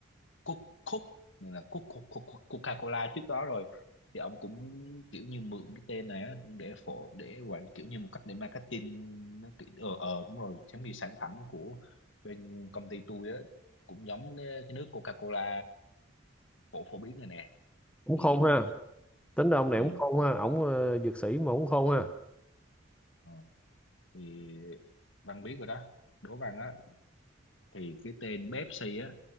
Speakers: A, on the left (about 65°); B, in the centre.
A: Coke Coke như là Coke, Coke, Coke, Coca-Cola trước đó rồi. Thì ông cũng kiểu như mượn cái tên này á, để phổ để quảng kiểu như một cách để marketing nó kiểu ờ ờ đúng rồi giống như sản phẩm của bên công ty tôi á cũng giống cái, cái nước Coca-Cola phổ phổ biến rồi nè
B: cũng
A: thì
B: khôn ha tính ra ông này
A: ừ.
B: cũng khôn ha ổng ờ, dược sĩ mà cũng khôn ha
A: ờ. thì Văn biết rồi đó Đố Văn á thì cái tên Pepsi á